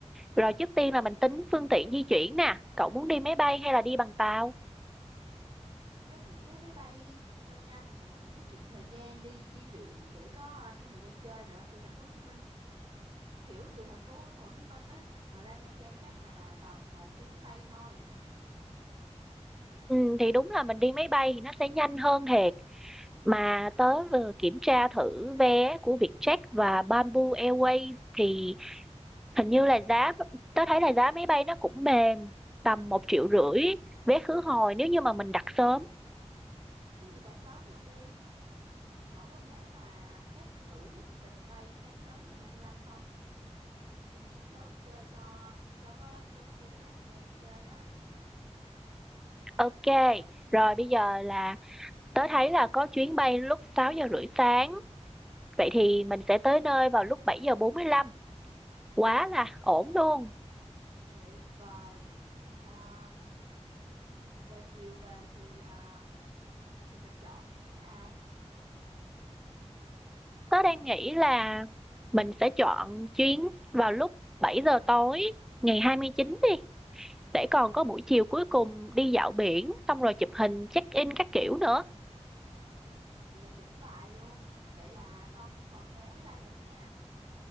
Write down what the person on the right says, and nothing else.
Tớ nghĩ á, máy bay đi cho nhanh mình tiết kiệm thời gian đi di chuyển để có à, thêm thời gian chơi nữa từ thành phố Hồ Chí Minh kiểu từ thành phố Hồ Chí Minh á mà ra Nha Trang chắc là à, tầm một tiếng bay thôi
thế thì đặt sớm luôn đi cậu có thể mà check thử lịch bay sáng sớm ngày 25 không mình đi sớm chơi cho cho có cho có dư dả thời gian để chơi á
tuyệt vời à, về chiều về thì à, thì mình chọn chuyến nào
Vậy là chuẩn bài luôn. Vậy là xong phần vé máy bay rồi ha.